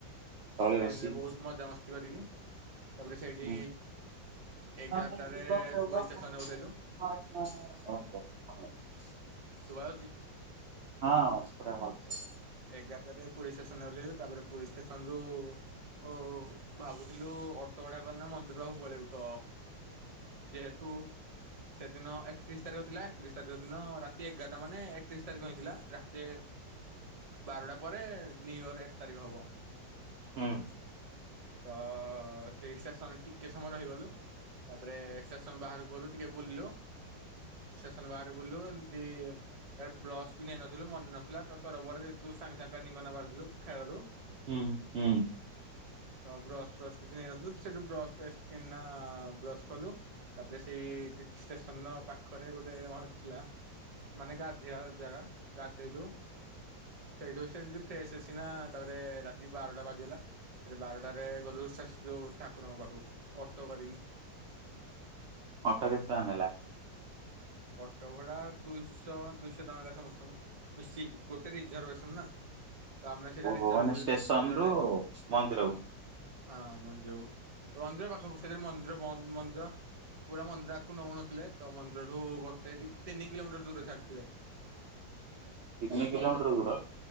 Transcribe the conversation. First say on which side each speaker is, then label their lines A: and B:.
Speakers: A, on the right; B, on the right.
A: ତଳେ
B: ସେନ୍
A: ବସି
B: ରେ ବହୁତ ମଜାମସ୍ତି କରିକି।
A: <unintelligible>
B: ତାପରେ ସେଇଠି ଏଗାରଟାରେ ପୁରୀ ଷ୍ଟେସନରେ ଓହ୍ଲେଇଲୁ ଶୁଭା ଯାଉଛି।
A: ହଁ ପୁରା ଭଲସେ
B: ଏଗାରଟାରେ ପୁରୀ ଶେଷ ଆନେ ଓହ୍ଲାଇଲୁ ତାପରେ ପୁରି ଷ୍ଟେସନ ରୁ। ଓ ହୋ ଭାବୁଥିଲୁ ଅଟୋ ଭଡା କରିନା ମନ୍ଦିର ପାଖକୁ ପଳେଇବୁ ତ ଯେହେତୁ, ସେଦିନ ଏକତିରିଶ ତାରିଖ ଥିଲା ଏକତିରିଶ ତାରିଖ ଦିନ ରାତି ଦାଦା ମାନେ ଏକତିରିଶ ତାରିଖ ହେଇଥିଲା। ସେ ରାତି ବାର ଟା ପରେ ନ୍ଯୁଇୟର ଏକ ତାରିଖ ହବ।
A: ହୁଁ।
B: ତ ସେଇ ଷ୍ଟେସନ୍ ଟିକେ ସମୟ ରହିଗଲୁ ତା ପରେ ସେକ୍ସନ ବାହାରକୁ ଗଲୁ ଟିକେ ବୁଲିଲୁ। ଷ୍ଟେସନ୍ ବାହାରେ ବୁଲିଲୁ ଏ ଇଏ ଏ ବ୍ରସ ବି ନେଇନଥିଲୁ ମନେ ନଥିଲା ତ ତରବର ରେ ସାଙ୍ଗେ ସାଙ୍ଗେ ପ୍ଲାନିଙ୍ଗ କରିକିନା ବାହାରିଥିଲୁ ଖେଳରୁ।
A: ହୁଁ ହୁଁ।
B: ତ ବ୍ରସ୍ ଫ୍ରସ୍ କିଛି ନେଇନଥିଲୁ ସେଠୁ ବ୍ରସ୍ ପେଷ୍ଟ କିଣନା ବ୍ରଶ କଲୁ ତାପରେ ସେଇ ଷ୍ଟେସନ ର ପାଖରେ ଗୋଟେ ଥିଲା। ମାନେ ଗାଧେୟା ଜାଗା ଗା ହେଲୁ ସେଉଠୁ ସେମିତି ଫ୍ରେଶ୍। ସିନା ତାପରେ ରାତି ବାରଟା ବାଜିଗଲା ବାରଟାରେ ଗଲୁ ଯୋଉ ଠାକୁରଙ୍କ ପାଖକୁ ଅଟୋ କରିକି
A: ଅଟୋ କେତେ ଟଙ୍କା ନେଲା?
B: ଅଟୋ ଭଡା଼ ଦୁଇଶହ ଦୁଇଶହ ଟଙ୍କା ହେଲା ସମସ୍ତଙ୍କୁ ମିଶିକି ଗୋଟେ ରିଜରଭେସନ ନା ତ ଆମେ ସେଇଟା
A: ଓ
B: ରିଜର୍ଭ
A: ମାନେ
B: କଲୁ
A: ଷ୍ଟେସନ
B: ଯେତେ ଜଣ
A: ରୁ
B: ଯାଇଥିଲୁ
A: ମନ୍ଦିରକୁ?
B: ହଁ ମନ୍ଦିରକୁ ମନ୍ଦିର ପାଖକୁ ସଟା ମ ମନ୍ଦିର ପୁରା ମନ୍ଦିର ଆକୁ ନେଉନଥିଲେ ତ ମନ୍ଦିର ଠୁ ଗୋଟେ କି ତିନି କିଲୋମିଟର ଦୂରରେ ଛାଡିଥିଲେ।
A: ତିନି କିଲୋମିଟର ଦୂର